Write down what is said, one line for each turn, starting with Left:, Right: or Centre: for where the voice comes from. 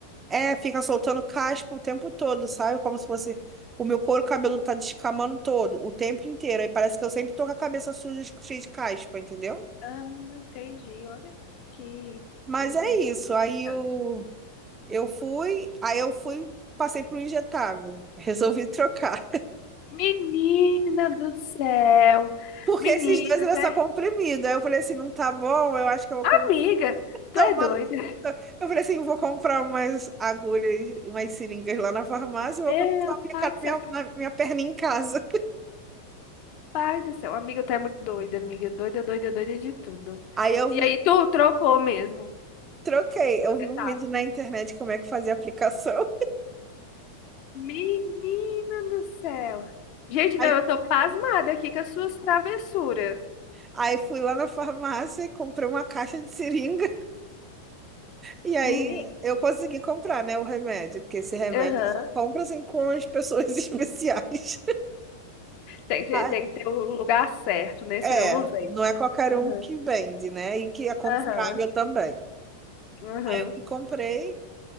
Right: é, fica soltando caspa o tempo todo, sabe? Como se fosse o meu couro cabeludo tá descamando todo, o tempo inteiro. Aí parece que eu sempre tô com a cabeça suja, cheia de caspa, entendeu?
Left: Ah, entendi, olha que
Right: Mas
Left: in-
Right: é
Left: in-
Right: isso. Aí
Left: interessante.
Right: eu, eu fui, aí eu fui, passei para o injetável. Resolvi trocar.
Left: Menina do céu.
Right: <laughs> Porque
Left: Menina,
Right: esses dois era
Left: tu
Right: só
Left: é...
Right: comprimido. Aí eu falei assim, não tá bom, eu acho que eu vou
Left: Amiga,
Right: comer-
Left: tu
Right: tomar.
Left: é doida.
Right: no- Eu falei assim, eu vou comprar umas agulhas, umas seringas lá na farmácia e vou
Left: Meu
Right: começar a aplicar
Left: pai do céu,
Right: na
Left: que...
Right: minha, na minha perna em casa.
Left: pai do céu. Amiga, tu é muito doida, amiga. Doida, doida, doida de tudo.
Right: Aí eu
Left: E
Right: vi,
Left: aí, tu trocou mesmo.
Right: troquei. Eu
Left: Você
Right: vi um
Left: sabe.
Right: vídeo na internet como é que fazia a aplicação.
Left: Menina do céu. Gente,
Right: <laughs> Aí,
Left: não, eu tô pasmada aqui com as suas travessuras.
Right: aí fui lá na farmácia e comprei uma caixa de seringa. E aí
Left: menina.
Right: eu consegui comprar, né, o remédio, porque esse remédio
Left: Aham.
Right: só compra assim com as pessoas <laughs> especiais.
Left: Tem que,
Right: Ah,
Left: tem que ter o lugar certo, né?
Right: É,
Left: Senão não vem.
Right: não é qualquer
Left: Aham.
Right: um que vende, né? E que é confiável
Left: Aham.
Right: também.
Left: Aham.
Right: Eu fui, comprei.